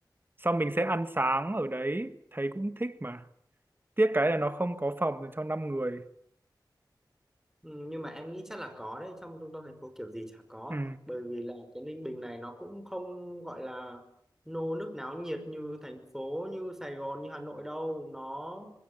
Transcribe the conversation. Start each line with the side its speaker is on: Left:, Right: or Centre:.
Right: xong mình sẽ ăn sáng ở đấy thấy cũng thích mà tiếc cái là nó không có phòng dành cho năm người
Centre: Ừ, nhưng mà em nghĩ chắc là có đấy trong trung tâm thành phố kiểu gì chả có
Right: ừ
Centre: bởi vì là cái Ninh Bình này nó cũng không gọi là nô nức náo nhiệt như thành phố như Sài Gòn như Hà Nội đâu nó